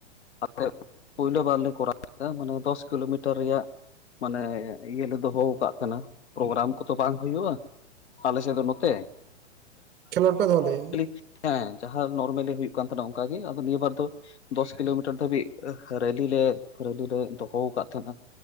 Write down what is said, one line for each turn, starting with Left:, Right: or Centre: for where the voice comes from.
Left: <inaudible> ᱯᱩᱭᱞᱩ ᱵᱟᱨ ᱞᱮᱨᱟᱣ ᱟ ᱢᱟᱱᱮ ᱫᱚᱥ ᱠᱤᱞᱳᱢᱤᱴᱟᱨ ᱨᱮᱭᱟᱜ ᱢᱟᱱᱮ ᱤᱭᱟᱹᱞᱮ ᱫᱚᱦᱚ ᱠᱟᱫ ᱛᱟᱦᱱᱟ, ᱯᱨᱚᱜᱨᱟᱢ ᱠᱚᱫᱚ ᱵᱟᱝ ᱦᱩᱭᱩᱜᱼᱟ, ᱟᱞᱮᱥᱮᱫ ᱫᱚ ᱱᱚ ᱛᱮ
Right: ᱠᱷᱮᱞᱳᱰ ᱯᱮ ᱫᱚᱦᱚ ᱞᱮᱫᱼᱟ
Left: <inaudible> ᱦᱮᱸ ᱡᱟᱦᱟᱸ ᱱᱚᱨᱢᱮᱞᱤ ᱦᱩᱭᱩᱜ ᱠᱟᱱ ᱛᱟᱦᱮᱱᱟ ᱚᱝᱠᱟᱜ ᱜᱮ, ᱟᱫᱚ ᱱᱤᱭᱟᱹ ᱵᱟᱨ ᱫᱚ ᱫᱚᱥ ᱠᱤᱞᱳᱢᱤᱴᱟᱨ ᱫᱷᱟᱹᱵᱤᱜ ᱨᱮᱞᱤ ᱞᱮ ᱨᱮᱞᱤ ᱞᱮ ᱫᱚᱦᱚ ᱠᱟᱫ ᱛᱟᱦᱮᱸᱱᱟ᱾